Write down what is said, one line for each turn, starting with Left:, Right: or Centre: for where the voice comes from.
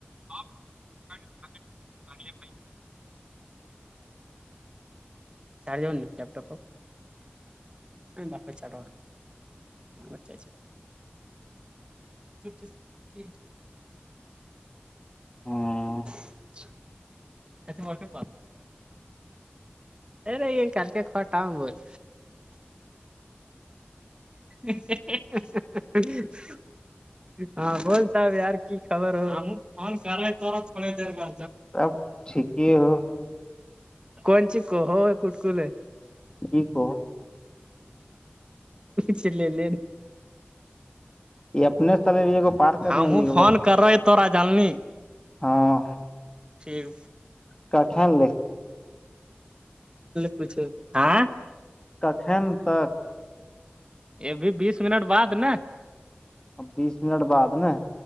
Right: آپ بھائی چارجن نہیں ل لیپٹپپ د پ چاٹوا اچھا اچھا ا جٹھیک
Left: ہاں
Right: <unintelligible> کھی مٹ بات رے یہن کل کے کٹاؤ بت <unintelligible> ہاں بولتاب یار کی خبر ہو ہم ف کر رہے تھور تھڑے د گا
Left: اب ٹھیک ہی ہو
Right: کون چ کو ہو کٹ کلے
Left: ج کوو
Right: چ لے لےین
Left: یہ اپنے سےلب یہ کو پار کرنے
Right: ہم
Left: ہی ہوگ
Right: فون کر رہے تورا جانلی
Left: ہاں
Right: ٹھیک
Left: کا خھیل لے
Right: پوچھے ہاں
Left: کخن تک
Right: یہ بھیھی بیس منٹ بعد نا
Left: ا بیس منٹ بعد ن